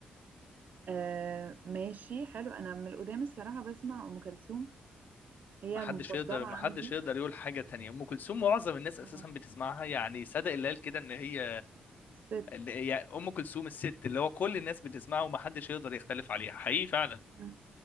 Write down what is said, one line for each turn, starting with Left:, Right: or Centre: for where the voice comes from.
Right: آه ماشي حلو انا من القدام الصراحه بسمع ام كلثوم هي
Left: محدش
Right: المفضله
Left: يقدر
Right: عندي
Left: محدش يقدر يقول حاجة تانية أم كلثوم معظم الناس
Right: آه
Left: أساسا بتسمعها يعني صدق اللي قال كده إن هي
Right: الست
Left: اللي هي أم كلثوم الست اللي هو كل الناس بتسمعها ومحدش يقدر يختلف عليها حقيقي فعلا
Right: مم.